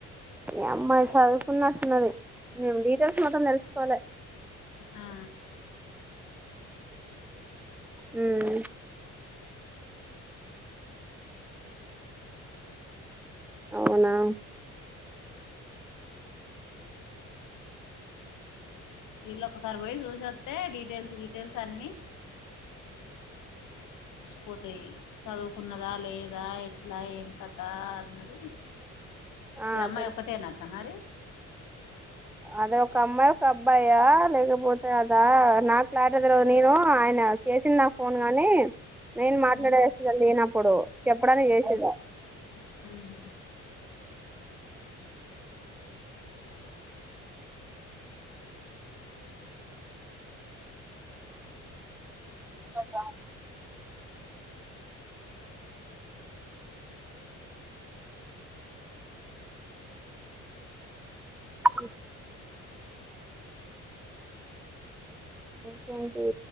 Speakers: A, in the centre; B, on the left.
A: ఈ అమ్మాయి సదుకున్నటున్నది హిం డీటెయిల్స్ మొత్తం తెలుస్కోలె
B: హా
A: హ్మ్మ్ అవునా
B: ఇల్ లొక్కసారి పోయి సు సస్తే డీటెయిల్స్ డీటెయిల్స్ అన్నిీ పోతే సదుకున్నద లేదా ఎట్ల ఎంకత అన్నది
A: ఆ
B: ఈ అమ్మాయ్
A: తెలుసు
B: ఒక్కతేనటన మరి
A: అదే ఒక అమ్మాయి ఒక అబ్బాయా లేకపోతే అదా నాక్ క్లారిటీగా తెల్వది నేను ఐన చేసిండు నాక్ ఫోన్ కని నేను మాట్లాడేస్తుద
B: ఉమ్,
A: లేేనప్పుడు చెప్పడానికి చేసేదిా
B: ఉమ్, ఉమ్,
A: పాపా కికు ఇంకేంటి